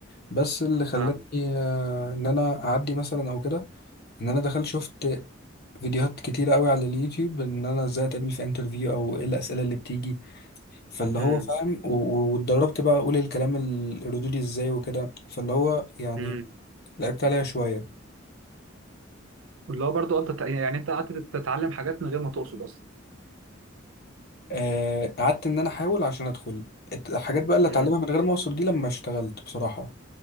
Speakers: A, on the left; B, on the right.
A: بس اللي خلاني
B: فاهم
A: آه ان انا اعدي مثلا او كده ان انا دخلت شفت فيديوهات كتيره قوي على اليوتيوب ان انا ازاي اتقابل في انترفيو او ايه الاسئله اللي بتيجي فاللي
B: امم
A: هو فاهم و- و- واتدربت بقى اقول الكلام ال- الردودي ازاي وكده فاللي هو يعني
B: امم
A: لعبت عليها شويه
B: اللي هو برضه انت تق- يعني انت قعدت تتعلم حاجات من غير ما تقصد اصلا
A: آه، قعدت ان انا احاول عشان ادخل الت- الحاجات بقى اللي اتعلمها
B: امم
A: من غير ما اوصل دي لما اشتغلت بصراحة